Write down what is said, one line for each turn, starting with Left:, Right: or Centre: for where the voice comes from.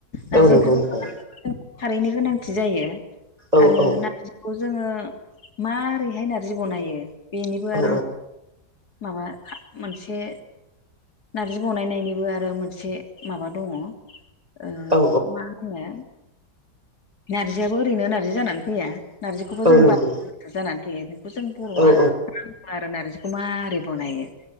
Left: नारजि
Right: औ नंगौ
Left: ओंख्रिखौ
Right: नोंथां
Left: बानायनो खारैनि गोनांथि जायो
Right: औ
Left: आरो
Right: औ
Left: नारजि खौ जोङो माबारैहाय नारजि बनायो बेनिबो
Right: औ
Left: आरो माबा मोनसे नारजि बनायनायनिबो आरो मोनसे माबा दङ ओ
Right: औ
Left: बेखौ मा होनो नारजियाबो ओरैनो नारजि जानानै फैया। नारजिखौबो
Right: औ
Left: जों <unintelligible>
Right: नंगौ
Left: जानानै फैयो बेखौ जों बर'आ
Right: औ
Left: आरो नारजिखौ माबारै बनायो